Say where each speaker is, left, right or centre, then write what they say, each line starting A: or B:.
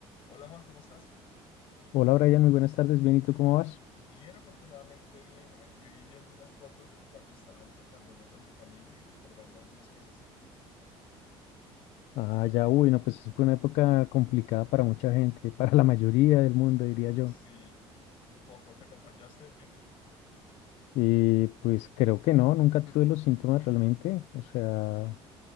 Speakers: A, on the left (about 50°); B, on the left (about 75°).
A: Hola Juan, ¿cómo estás?
B: Hola Brian, muy buenas tardes. Bien, ¿y tú cómo vas?
A: Bien, afortunadamente bien. Aquí viendo unas fotos de cuando estábamos en pandemia con mi familia y recordando algunas cosas.
B: Ah, ya, uy, no, pues fue una época complicada para mucha gente, para la mayoría del mundo,
A: <laughs>
B: diría yo.
A: Sí, un poco. ¿Te contagiaste del virus?
B: Y pues creo que no, nunca tuve los síntomas realmente. O sea,